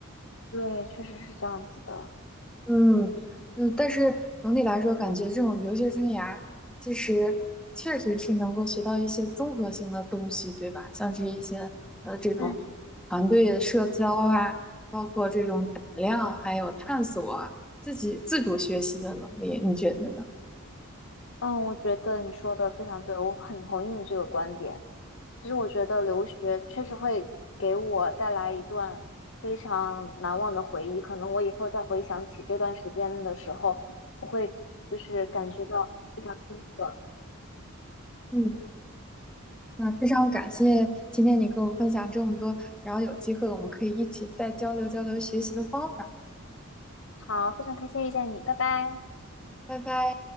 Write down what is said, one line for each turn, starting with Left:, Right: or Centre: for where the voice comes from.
Left: 对，确实是这样子的。
Centre: 嗯嗯，但是总体来说，感觉这种留学生涯其实确实是能够学到一些综合性的东西，对吧？像是一些呃这种团队社交啊，
Left: 嗯
Centre: 包括这种胆量，还有探索啊，自己自主学习的能力，你觉得呢？
Left: 嗯，我觉得你说的非常对，我很同意你这个观点。其实我觉得留学确实会给我带来一段非常难忘的回忆。可能我以后再回想起这段时间的时候，我会就是感觉到非常深刻。
Centre: 嗯，那非常感谢今天你跟我分享这么多，然后有机会我们可以一起再交流交流学习的方法。
Left: 好，非常开心遇见你，拜拜。
Centre: 拜拜。